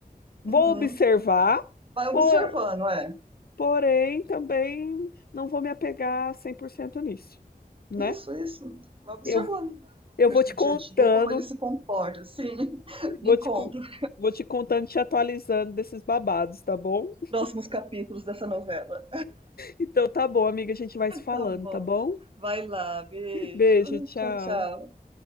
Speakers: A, on the left; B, on the right.
A: vou
B: Uhum.
A: observar,
B: Vai observando,
A: por-
B: é.
A: porém também não vou me apegar 100% nisso, né?
B: Isso, isso. Vai observando
A: Eu,
B: as
A: eu vou
B: conversas
A: te
B: do dia
A: contando,
B: a dia, como ele se comporta, assim. <laughs> Me
A: vou te,
B: conta
A: con-
B: os
A: vou te contando, te atualizando desses babados, tá bom? <laughs>
B: próximos capítulos dessa novela.
A: Então tá bom, amiga, a gente vai se falando,
B: Tá bom.
A: tá bom?
B: Vai lá, beijo.
A: Beijo, tchau.
B: Tchau, tchau.